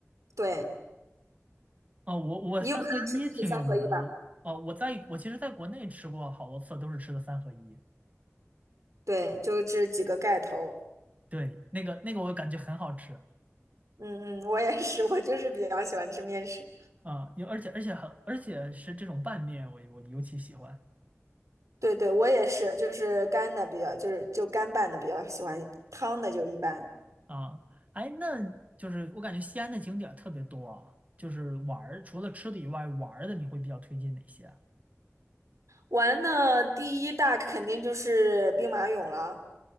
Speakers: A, on the right (about 85°); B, on the right (about 30°).
A: 对，
B: 啊，我我三合一挺有名儿的，
A: 你有可能是吃的三合一吧？
B: 我哦、我在我其实在国内吃过好多次，都是吃的三合一。
A: 对，就这几个盖头。
B: 对，那个那个我感觉很好吃
A: 嗯嗯，我也是，我就是比较喜欢吃面食。
B: 啊，有而且而且很而且是这种拌面，我我尤其喜欢。
A: 对对，我也是，就是干的比较，就是就干拌的比较喜欢，汤的就一般。
B: 啊，哎，那就是我感觉西安的景点儿特别多啊，就是玩儿，除了吃的以外，玩儿的你会比较推荐哪些
A: 玩的第一大肯定就是兵马俑了。